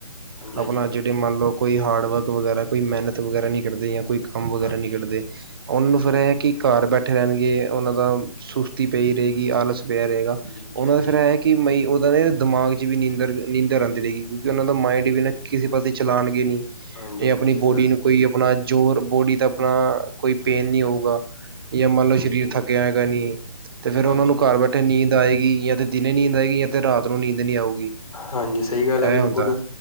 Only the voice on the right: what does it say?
ਆਪਣਾ ਜਿਮ। ਮੰਨ ਲਓ ਕੋਈ ਹਾਰਡ ਵਰਕ ਵਗੈਰਾ ਕੋਈ, ਮਿਹਨਤ ਵਗੈਰਾ ਨੀ ਕਰਦੇ ਜਾਂ ਕੋਈ। ਕੰਮ ਵਗੈਰਾ
ਨਿ ਕਰਦੇ ਉਹਨਾਂ
ਨੂੰ ਫੇਿਰ
ਇਹ ਕਿ, ਘਰ ਬੈਠੇ ਰਹਿਣਗੇ ਉਹਨਾਂ ਦਾ ਸੁਸਤੀ। ਤੀ ਪਈ ਰਹੇਗੀ, ਆਲਸ ਪਿਆ ਰਹੇਗਾ,
ਉਹਨਾਂ
ਦਾ ਫਿਰ ਇਹ। ਕਿ ਬਾਈ ਉਹਨਾ ਦੇ ਨਾ ਦਿਮਾਗ ਚ ਵੀ ਨੀਂਦਰ ਨੀਂਦਰ, ਆਉਂਦੀ ਰਹੇ ਗੀ, ਕਿਉਂਕਿ ਉਹਨਾ ਦਾ ਮਾਇੰਡ
ਵੀ ਨਾ। ਕਿਸੇ ਪਾਸੇ ਚਲਾਾਨਗੇ ਨੀ,
ਇਹ
ਆਪਣੀ
ਬੋਡੀ
ਨੂੰ ਕੋਈ ਆਪਣਾ ਜ਼ੋਰ ਬੋਡੀ ਦਾ ਆਪਣਾ। ਕੋਈ
ਪੇਨ ਨੀ ਹੋਊਗਾ ਜਾਂ ਮੰਨ
ਲਓ ਸਰੀਰ
ਥੱਕਿਆ ਹੈਗਾ, ਨੀ ਤੇ ਫੇਿਰ
ਉਹਨਾ ਨੂੰ
ਘਰ ਬੈਠੇ। ਨੀਂਦ ਆਏਗੀ ਜਾਂ ਤੇ ਦਿਨੇ ਨੀਂਦ ਆਏਗੀ ਜਾਂ ਤੇ ਰਾਤ ਨੂੰ ਨੀਂਦ ਨਹੀਂ ਆਊਗੀ।
ਇਹ
ਹੁੰਦਾ,